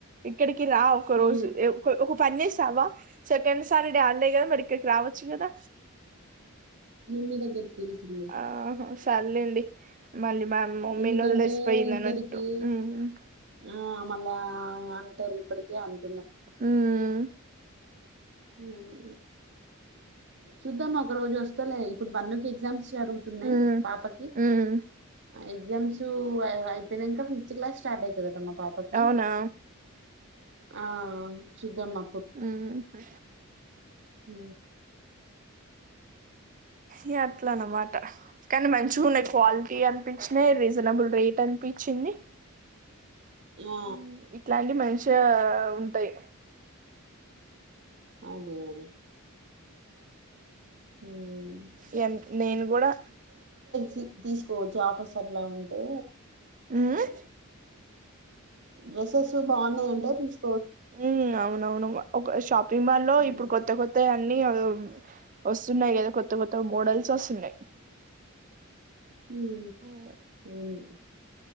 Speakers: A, on the right (about 40°); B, on the right (about 55°).
A: ఇక్కడికి రా ఒక
B: మీ
A: రోజు ఒక పని చేస్తావా సెకండ్ సాటర్డే హాలిడే కదా మరి ఇక్కడికి రావచ్చు కదా
B: మీ దగ్గరికి వెళ్తున్నా
A: ఆహా చాల్లేండి మళ్ళీ మా మమ్మీని
B: ఎందుకంటే
A: వదిలేసిపోయింది
B: ఇద్దరికి
A: అన్నట్టు హ్మ్
B: ఆ మళ్ళ అంటారు ఇప్పటికే అంట
A: హ్మ్
B: హ్మ్ చూద్దామా ఒక రోజు వస్తలే ఇప్పుడు బన్నుకి ఎగ్జామ్స్ జరుగుతున్నాయి
A: హ్మ్.
B: పాపకి
A: హ్మ్.
B: ఎగ్జామ్స్ అయిపోయినంక ఫిఫ్త్ క్లాస్ స్టార్ట్ అవుతుదట మా పాపకి
A: అవునా
B: ఆ చూద్దామా
A: ఉమ్మ్ హూ
B: ఊ
A: ఏ అట్లనమాట కానీ మంచివున్నయ్ క్వాలిటీ అనిపించినాయి రీజనబుల్ రేట్ అనిపి చింది
B: ఆ,
A: ఉమ్మ్ ఇట్లాంటి మనిషి తే ఉంటాయి
B: అదే అదే ఉమ్,
A: ఈ యన్ నేను కూడా
B: తి తీసుకోవచ్చు ఆపసర్లంటే
A: మ్మ్ ఆ
B: డ్రెస్సెస్ బాగున్నాయి అఉటే తీస్
A: ఉమ్ అవునవును ఒక షాపింగ్ మాల్ లో
B: ఉమ్,
A: ఇప్పుడు కొత్త కొత్త అన్నీ <unintelligible> హ్మ్ వస్తున్నాయి కదా కొత్త గొ తో మోడల్స్ వొస్తున్నాయి
B: ఉమ్మ్
A: ఉమ్మ్
B: హ్మ్